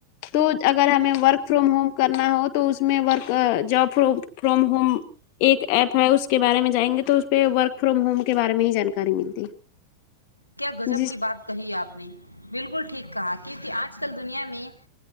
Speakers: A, on the left; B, on the left.
A: تو اگر ہمیں ورک فرام ہوم کرنا ہو تو اس میں ورک جاب فرام ہوم ایک ایپ ہے اس کے بارے میں جائیں گے تو اس پہ ورک فروم ہوم کے بارے میں ہی جانکاری ملتی
B: کیا گجب
A: جی
B: کی بات کہی آپ نے بالکل ٹھیک کہا کیونکہ آج کل دنیا میں